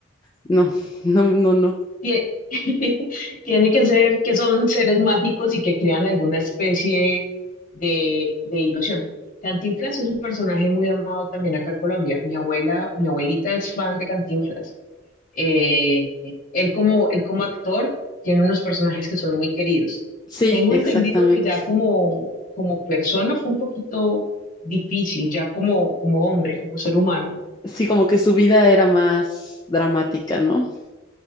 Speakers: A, on the left; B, on the left.
A: no, <laughs> no, no, no.
B: Tie- <laughs> Tiene que ser que son seres mágicos y que crean alguna especie de, de ilusión. Cantinflas es un personaje muy amado también acá en Colombia. Mi abuela, mi abuelita es fan de Cantinflas. Eh, él como, él como actor tiene unos personajes que son muy queridos.
A: Sí,
B: Tengo
A: exactamente.
B: entendido que ya como, como persona fue un poquito difícil, ya como, como hombre, como ser humano.
A: sí, como que su vida era más dramática, ¿no?